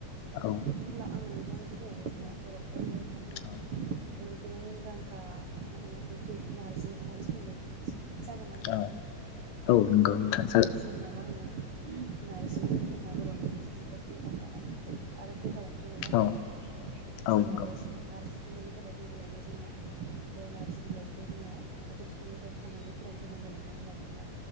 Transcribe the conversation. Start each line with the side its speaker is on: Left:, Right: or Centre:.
Left: औ
Right: होब्ला आं नोंथांनो गिबियावनो जोंना बर'फोरनि मा होनो
Left: औ
Right: बयनिख्रइबो मुंदांखा मा होनो ओंख्रि नार्जि अमानि सोमोन्दै जागोन ना नोंथा?
Left: औ औ नंगौ नोंथां
Right: जोंना मा होनो नारजि ओंख्रिया जोंना बर'नि मोनसे जोबोद मुदांखा आरो गोथाव ओंख्रि नङा होनबा
Left: औ
Right: नोंथां?
Left: औ
Right: जोंना
Left: नंगौ
Right: बे नारजिखौ मोननो थाखाय गिबियावनो जोंना बे नारजि बिलाइखौ जोंना बातों निफ्राय खानानै फोरानफैनांगोन नङा होनबा नोंथां?